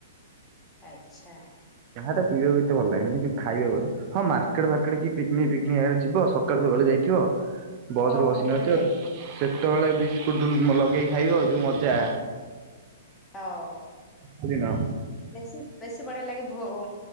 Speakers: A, on the left; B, on the right.
A: ଆଛା
B: ଚାହା ପିଇବାକୁ ଏତେ ଭଲ ଲାଗେନି କିନ୍ତୁ ଖାଇବା କଥା ହଁ ମାର୍କେଟ ଫାରକେଟ କି ପିକିନିକି ଫିକିନିକି ଯିବ ସକାଳୁ ସକାଳୁ ଯାଇଥିବ ବସ
A: ହଁ
B: ରୁ ବସିନାହାନ୍ତି
A: ହଁ ବଢିଆ
B: ଆ
A: ଲାଗେ
B: ସେତେବେଳେ ବିସ୍କୁଟ ଲଗେଇକି ଖାଇବ ଆଉ ଯୋଉ ମଜା
A: ଆଓ
B: ସବୁଦିନ
A: ବେଶୀ ବେଶୀ ବଢିଆ ଲାଗେ ଭୋ